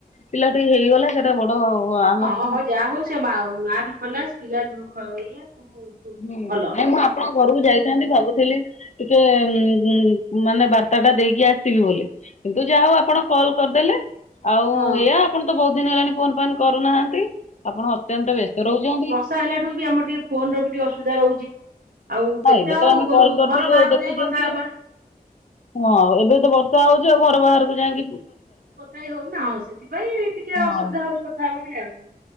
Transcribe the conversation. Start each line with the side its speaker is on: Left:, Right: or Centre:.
Left: ପିଲାଟି ହେଇଗଲା। କଲେ ସେଇଟା ବଡ ଆ
Right: ହଁଁ ହଁ ଯାହା ହଉ ସେ ମା ମା ବି ଖଲାସ ପିଲା ବି ଇଏ। ସବୁ
Left: ହୁଁ
Right: ଭଲ।
Left: ନାଇ ମୁଁ ଆପଣଙ୍କ ଘରକୁ ଯାଇଥାନ୍ତି ଭାବୁଥିଲି। ଟିକେ ଉଁ ଉଁ ମାନେ ବାର୍ତ୍ତାଟା ଦେଇକି ଆସିବି ବୋଲି। କିନ୍ତୁ ଯାହା ହଉ ଆପଣ କଲ୍ କରିଦେଲେ। ଆଉ
Right: ହଁ
Left: ଏଆ ଆପଣ ତ ବହୁତ ଦିନ ହେଲାଣି ଫୋନ୍ ଫାନ୍ କରୁନାହାନ୍ତି। ଆପଣ ଅତ୍ୟନ୍ତ ବ୍ୟସ୍ତ ରହୁଛନ୍ତି।
Right: ଫାଙ୍କା ହେଲାଠୁ ବି ଆମର ଟିକେ ଫୋନର ବି ଟିକେ ଅସୁବିଧା ରହୁଛି। ଆଉ
Left: ହଁ
Right: କେତେ
Left: ଏବେ
Right: ଆଉ
Left: ତ ଆମେ
Right: ଘରୁ
Left: କଲ୍ କରିଥିଲୁ
Right: ଘର ବାହାରୁ
Left: ଆଉ ଦେଖୁଛନ୍ତି
Right: ଯାଇଁ କଥା
Left: ଆଉ
Right: ହବା।
Left: ହଁ ଏବେ ତ ବର୍ଷା ହଉଛି ଆଉ ଘର ବାହାରକୁ ଯାଇଁ କି
Right: କଥା ହେଇ ହଉନି ନା ହଁ ସେଥିପାଇଁ ଟିକେ
Left: ହଁ।
Right: ଅସୁବିଧା ହଉଛି କଥା ହବାରେ ଆଉ।